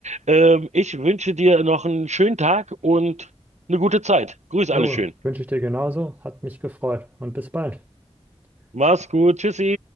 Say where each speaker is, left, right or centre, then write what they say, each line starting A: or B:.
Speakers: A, on the right; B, on the right.
A: Ähm, ich wünsche dir noch einen schönen Tag und eine gute Zeit. Grüß
B: Jo,
A: alle schön.
B: wünsche ich dir genauso. Hat mich gefreut und bis bald.
A: Mach's
B: Ciao.
A: gut. Tschüssi.